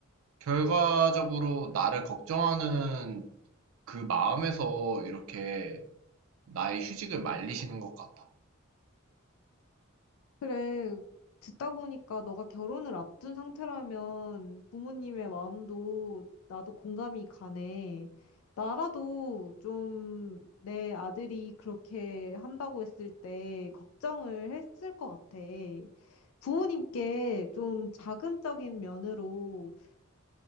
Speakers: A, on the right; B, on the left.
A: 결과적으로 나를 걱정하는 그 마음에서 이렇게 나의 휴직을 말리시는 것 같아.
B: 그래, 듣다 보니까 너가 결혼을 앞둔 상태라면 부모님의 마음도 나도 공감이 가네. 나라도 좀 내 아들이 그렇게 한다고 했을 때 걱정을 했을 것 같아. 부모님께 좀 자금적인 면으로